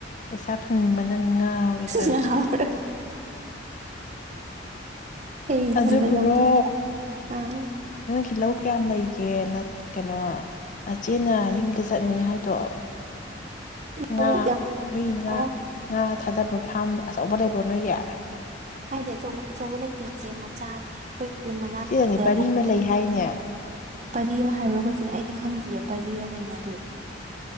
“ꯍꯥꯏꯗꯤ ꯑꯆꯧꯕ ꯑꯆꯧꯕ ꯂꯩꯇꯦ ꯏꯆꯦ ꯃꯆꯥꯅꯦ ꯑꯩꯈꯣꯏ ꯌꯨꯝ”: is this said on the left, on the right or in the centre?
Right